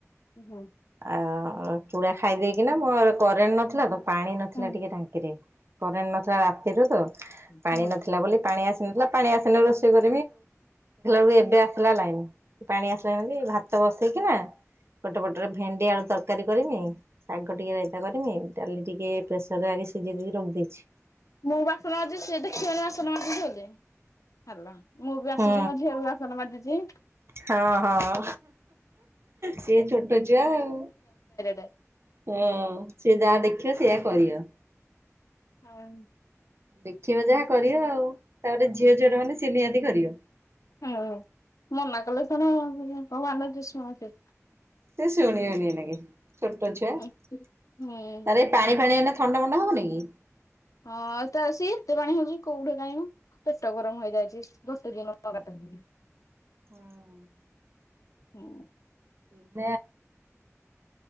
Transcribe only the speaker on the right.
ଆ ଚୁଡା ଖାଇ ଦେଇେକିନା ମୋ କରେଣ୍ଟ ନଥିଲା ତ। ପାଣି ନଥିଲା
ଟିକେ ଟାଙ୍କିରେ କରେଣ୍ଟ ନଥିଲା ରାତିରୁ ତ। ପାଣି
ନଥିଲା ବୋଲି ପାଣି ଆସିନଥିଲା ପାଣି ଆସିଲାବେଳୁ ଦେଖିଲା ବେଳକୁ ଏବେ ଆସିଲା ଲାଇନ ପାଣି ଆସିଲା ଭାତ ବସେଇକିନା ପୋଟ ପଟ ରେ ଭେଣ୍ଡି ଆଳୁ ତରକାରୀ କରିନି ଶାଗ ଟିକେ ରାଇତା କରି ଡାଲି ଟିକେ ପ୍ରେସର ଆଗେ ଶିଝେଇ ଦେଇକି ରଖି ଦେଇଛି।
ହୁଁ
ହଁ ହଁ ସିଏ ଛୋଟ ଛୁଆ ଆଉ।
ହଁ ସିଏ ଯାହା ଦେଖିବ ସେଆ କରିବ।
ଦେଖିବା ଯାହା କରିବ ଆଉ ତାପରେ ଝିଅ ଝିଅଟା ମାନେ ସ ନିହାତି କରିବ।
ସେ ଶୁଣିବନି। ଛୋଟ ଛୁଆ
ତାର
ଏ ପାଣି ଫାଣି ଏ ଥଣ୍ଡା ମଣ୍ଡ ହବନି କି।
ହଁ
<unintelligible>